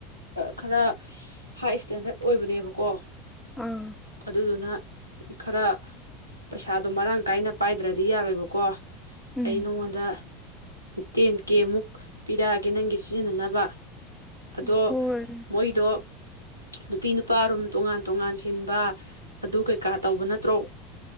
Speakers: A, on the right; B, in the centre.
A: ꯈꯔ ꯍꯥꯏ ꯏꯁꯇꯦꯟꯗꯔꯠ ꯑꯣꯏꯕꯅꯦꯕ ꯀꯣ
B: ꯑꯥ
A: ꯑꯗꯨꯗꯨꯅ ꯈꯔ ꯄꯩꯁꯥꯗꯣ ꯃꯔꯥꯡ ꯀꯥꯏꯅ ꯄꯥꯏꯗ꯭ꯔꯗꯤ ꯌꯥꯔꯣꯏꯕꯀꯣ
B: ꯎꯝ
A: ꯑꯩ ꯅꯉꯣꯟꯗ ꯇꯦꯟ ꯀꯦꯃꯨꯛ ꯄꯤꯔꯛꯑꯒꯦ ꯅꯪꯒꯤ ꯁꯤꯖꯤꯟꯅꯅꯕ ꯑꯗꯣ
B: ꯍꯣꯏ
A: ꯃꯣꯏꯗꯣ ꯅꯨꯄꯤ ꯅꯨꯄꯥ ꯔꯨꯝ ꯇꯣꯉꯥꯟ ꯇꯣꯉꯥꯟ ꯁꯤꯟꯕ ꯑꯗꯨ ꯀꯩꯀꯥ ꯇꯧꯕ ꯅꯠꯇ꯭ꯔꯣ